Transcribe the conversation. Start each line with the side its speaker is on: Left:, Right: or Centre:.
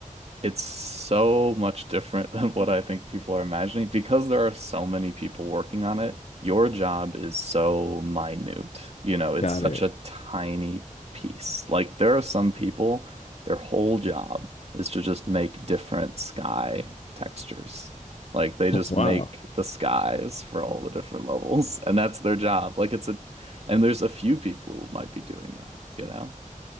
Right: it's so much different <laughs> than what I think people are imagining because there are so many people working on it. Your job is so minute. You know, it's
Left: Got
Right: such
Left: it.
Right: a tiny piece. Like there are some people, their whole job is to just make different sky textures. Like they just
Left: Wow.
Right: make the skies for all the different levels, <laughs> and that's their job. Like it's a, and there's a few people who might be doing that, you know?